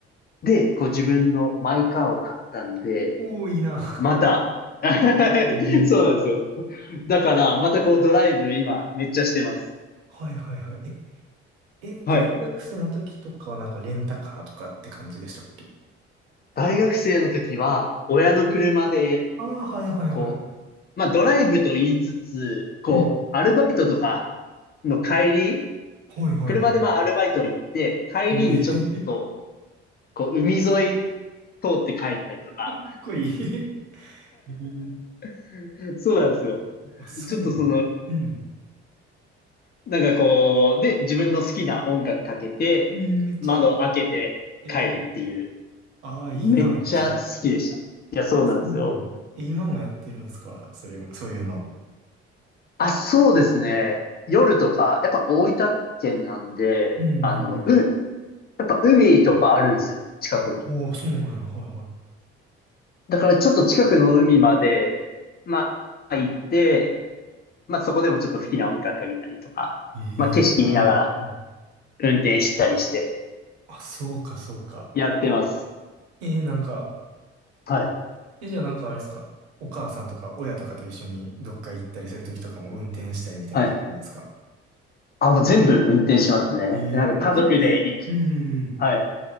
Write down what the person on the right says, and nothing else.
多いいな。
<laughs> ええ。
はいはいはい。え、え、
じゃあ大学生の時とかはなんかレンタカーとかって感じでしたっけ
ああー、はいはいはい。
うん。
はいはいは
い。ええ、<laughs> か
っこいい。<laughs> ええ。
あ、そうなのうん。
うん、めっちゃいい。
ええああ、いいな、
めっちゃ。
そうなんえ、今もやってるんですかそれ、そういうの。
うんうんう
ん。おお、そうなんや、はいは
い。ええ、
はいはい。
あ、そうか、そうか。
えー、なんか、
え、じゃあなんかあれですかお母さんとか親とかと一緒にどっか行ったりするときとかも運転したりみたいな感じなんですか
ええ、
あ、運転うんうん